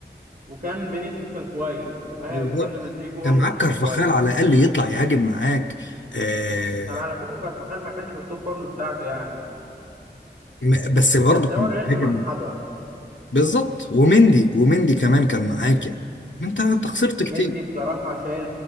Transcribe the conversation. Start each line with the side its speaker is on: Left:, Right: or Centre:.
Right: وكان فينيسيوس كان كويس انت فاهم
Left: بالظبط
Right: وكان رودريجو برضه
Left: كان معاك
Right: كان
Left: كارفاخال
Right: كويس
Left: على الاقل يطلع يهاجم معاك آه
Right: طب على فكرة كارفاخال ما كانش في التوب فورم بتاعته يعني
Left: م- بس برضه
Right: بس
Left: كان
Right: ده هو الريال
Left: بيهاجم
Right: بمن حضر
Left: بالظبط ومندي ومندي كمان كان معاك
Right: مم.
Left: يعني انت انت خسرت كتير
Right: مندي بصراحة شايل